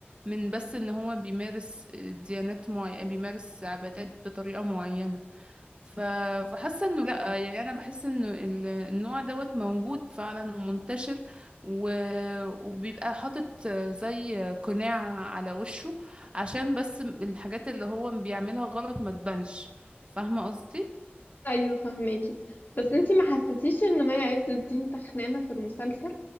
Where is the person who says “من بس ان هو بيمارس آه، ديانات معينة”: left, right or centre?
Right